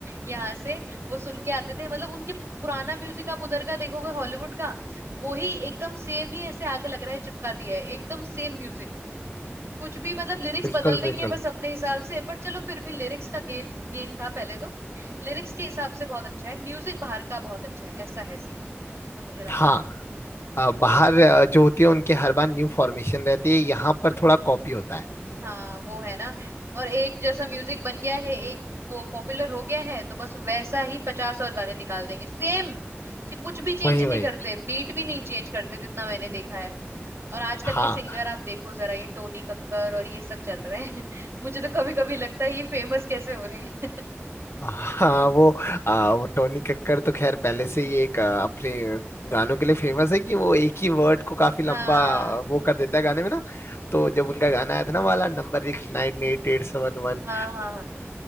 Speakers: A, on the right; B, on the left.
A: यहाँ से वो सुन के आते थे मतलब उनके पु- पुराना म्यूजिक आप उधर का देखोगे हॉलीवुड का वो ही एकदम सेम ही ऐसे आगे लग रहा है चिपका दिया है एकदम सेम म्यूजिक कुछ भी मतलब लिरिक्स
B: बिल्कुल
A: बदल देंगे
B: बिल्कुल
A: बस अपने हिसाब से बट चलो फिर भी लिरिक्स का गेम गेम था पहले तो लिरिक्स के हिसाब से बहुत अच्छा है म्यूजिक बाहर का बहुत अच्छा है ऐसा है सीन जैसा मुझे लगता
B: हाँ
A: है
B: अ, बाहर अ, जो होती है उनके हर बार न्यू फॉर्मेशन रहती है यहाँ पर थोड़ा कॉपी होता है
A: हाँ वो है ना और एक जैसा म्यूजिक बन गया है एक वो पॉपुलर हो गया है तो बस वैसा ही पचास और गाने निकाल देंगे सेम कुछ भी चेंज
B: वही
A: नहीं
B: वही
A: करते बीट भी नहीं चेंज करते जितना मैंने देखा है और आजकल
B: हाँ
A: के सिंगर आप देखो जरा ये टोनी कक्कर और ये सब चल रहे हैं <laughs> मुझे तो कभी कभी लगता है ये फेमस कैसे हो रहे हैं
B: हाँ वो आ, वो टोनी कक्कड़ तो खैर पहले से ही एक आ, अपने गानों के लिए फेमस है कि वो एक ही वर्ड को काफी लंबा
A: हाँ
B: आ, वो कर देता है गाने में ना तो जब उनका गाना आया था ना वाला नंबर एक नाइन एट एट सेवन वन
A: हाँ हाँ हाँ